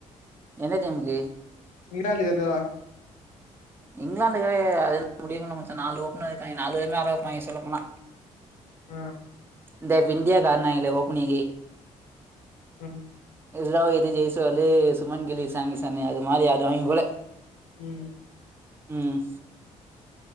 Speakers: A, on the right (about 15°); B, on the left (about 75°).
A: என்ன டைம்க்கு
B: இராலி அதா
A: இங்கிலாந்துக்கு அது முடிவு பண்ணல மச்சான் நாளு ஓப்பன் இருக்காங்கே நாலுபேரப்பாங்க சொல்ல போனா
B: ம்
A: இந்த இப் இந்தியாக்கு ஆட்னாய்ங்லே ஓப்பனிங்கு
B: ம்
A: ரோகித்து ஜெய்ஸ்வாலு சுமங்கிலி இஷான்கிஷானு அது மாரி <unintelligible> போல
B: ம்
A: ம்